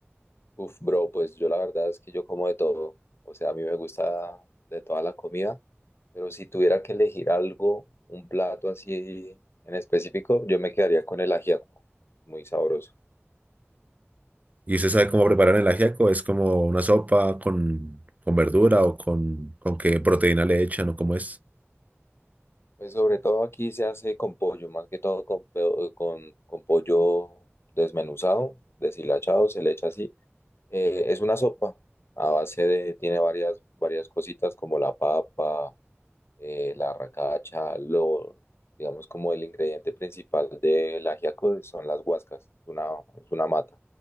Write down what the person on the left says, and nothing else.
Uf, bro, pues yo la verdad es que yo como de todo. O sea, a mí me gusta de toda la comida, pero si tuviera que elegir algo, un plato así en específico, yo me quedaría con el ajiaco, muy sabroso.
Pues sobre todo aquí se hace con pollo, más que todo con, pe- con, con pollo desmenuzado, deshilachado, se le echa así. Eh, es una sopa a base de, tiene varias, varias cositas como la papa, eh, la arracacha, lo, digamos como el ingrediente principal del ajiaco son las guascas, es una, es una mata,